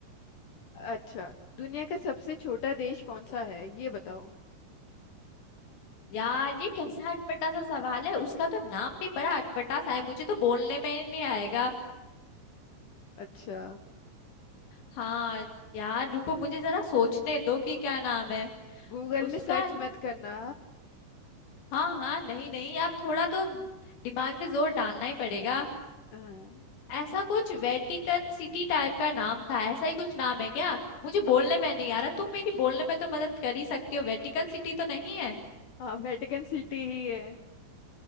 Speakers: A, on the left; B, on the left.
A: अच्छा दुनिया का सबसे छोटा देश कौन सा है ये बताओ
B: यार ये कैसा अटपटा सा सवाल है उसका तो नाम भी बड़ा अटपटा सा है मुझे तो बोलने में ही नहीं आएगा
A: अच्छा
B: हाँ यार रुको मुझे जरा सोचने दो कि क्या नाम है
A: गूगल
B: उसका
A: में सर्च मत करना
B: हाँ हाँ नहीं नहीं आप थोड़ा तो दिमाग पे जोर डालना ही पड़ेगा
A: हाँ
B: ऐसा कुछ वेटिकन सिटी टाइप का नाम था ऐसा ही कुछ नाम है क्या मुझे बोलने में नहीं आ रहा तुम मेरी बोलने में तो मदद कर ही सकती हो वेटिकन सिटी तो नहीं है
A: हाँ वेटिकन सिटी ही है